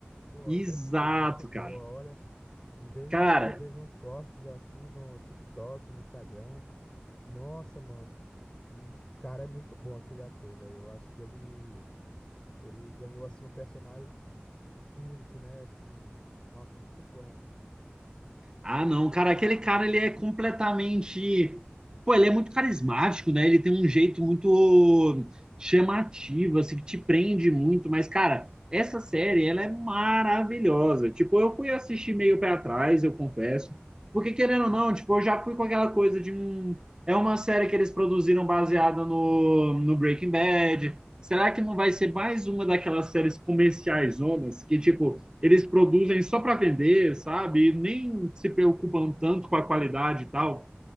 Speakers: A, on the left; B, on the right.
A: Pô,
B: Exato,
A: deve ser muito boa,
B: cara.
A: olha. Em vez
B: Cara,
A: em quando eu vejo uns cortes assim no TikTok, no Instagram. Nossa, mano. E cara, é muito bom aquele ator, velho. Eu acho que ele ele ganhou assim um personagem único, né? Assim, nossa, muito bom.
B: Ah, não, cara, aquele cara ele é completamente. Pô, ele é muito carismático, né? Ele tem um jeito muito chamativo, assim, que te prende muito. Mas, cara, essa série, ela é maravilhosa. Tipo, eu fui assistir meio pé atrás, eu confesso. Porque, querendo ou não, tipo, eu já fui com aquela coisa de um. É uma série que eles produziram baseada no, no Breaking Bad. Será que não vai ser mais uma daquelas séries comerciais, zonas, que, tipo eles produzem só para vender, sabe? E nem se preocupam tanto com a qualidade e tal.